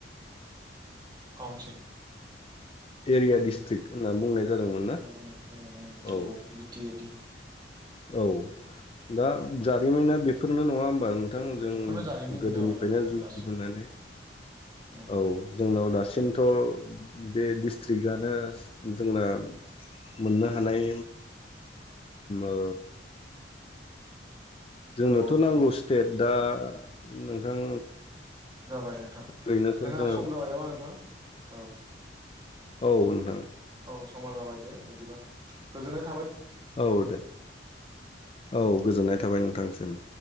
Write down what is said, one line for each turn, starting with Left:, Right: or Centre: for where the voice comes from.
Right: council.
Left: Area district होनना बुंनाय जादोंमोन ना
Right: उम उम उम नंगौ
Left: औ ।
Right: बिटि ए डि
Left: औ दा जारिमिना बे बेफोरनो नंङा होमबा नो नोंथां जों
Right: बेफोरनो जारिमिन
Left: गोदोनिफ्रायनो
Right: औ जोंना
Left: जुजिबोनानै
Right: दासिम नंगौ
Left: औ जोंनाव दासिमथ बे डिस्ट्रिकआनो जोंना मोननो हानाय ओ जोंनोथ
Right: नंगौ नोंथां
Left: नांगौ स्टेट दा नोंथां
Right: जाबाय नोंथां
Left: ओरैनोथ'
Right: जोंहा
Left: जोङो
Right: सम जाबाय नामा नोंथां औ
Left: औ नोंथां
Right: ओ समा जाबाय दे बिदिबा गोजोन था
Left: औ दे औ गोजोननाय थाबाय नोंथां सिम